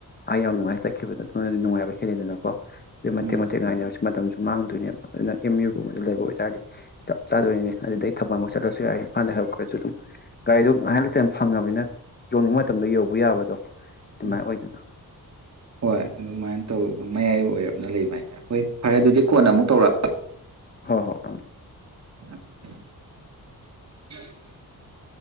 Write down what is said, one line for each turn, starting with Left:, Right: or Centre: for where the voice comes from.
Left: ꯑꯥ ꯌꯥꯝ ꯅꯨꯡꯉꯥꯏ ꯆꯠꯈꯤꯕꯗꯣ ꯑꯗꯨꯗꯤ ꯅꯨꯡꯉꯥꯏꯕ ꯍꯦꯜꯂꯤꯗꯅꯀꯣ ꯑ ꯃꯇꯦꯛ
Right: ꯎꯝ
Left: ꯃꯇꯦꯛ ꯉꯥꯏꯅꯕꯕꯁꯤ ꯃꯇꯝꯁꯨ ꯃꯥꯡꯗꯣꯏꯅꯦꯕ ꯑꯗꯨꯅ ꯑꯦꯝ ꯌꯨꯒꯨꯝꯕꯗ ꯂꯩꯕ ꯑꯣꯏꯇꯥꯔꯗꯤ ꯆꯞ ꯆꯥꯗꯣꯔꯤꯅꯦ ꯑꯗꯨꯗꯩ ꯊꯕꯛ ꯑꯃ ꯆꯠꯂꯁꯨ ꯌꯥꯏ ꯍꯥꯟꯗꯤ ꯍꯥꯞ ꯈꯣꯏꯁꯨ ꯗꯨꯝ ꯒꯥꯔꯤꯗꯣ ꯉꯥꯏꯍꯥꯛ ꯂꯩꯇꯅ ꯐꯪꯉꯕꯅꯤꯅꯠ ꯃꯇꯝꯗ ꯌꯧꯕ ꯌꯥꯕꯗꯣ ꯑꯗꯨꯃꯥꯏꯅ
Right: ꯎꯝ
Left: ꯑꯣꯏꯗꯅ
Right: ꯍꯣꯏ ꯑꯗꯨꯃꯥꯏꯟ ꯇꯧ ꯃꯌꯥꯏ ꯑꯣꯏꯔꯞꯅ ꯂꯩꯕ ꯍꯥꯏꯇꯥꯔ ꯍꯣꯏ ꯐꯔꯦ ꯑꯗꯨꯗꯤ ꯀꯣꯟ ꯑꯃꯨꯛ ꯇꯧꯔꯛꯑꯛ
Left: ꯍꯣ ꯍꯣ ꯑꯝ
Right: <inaudible>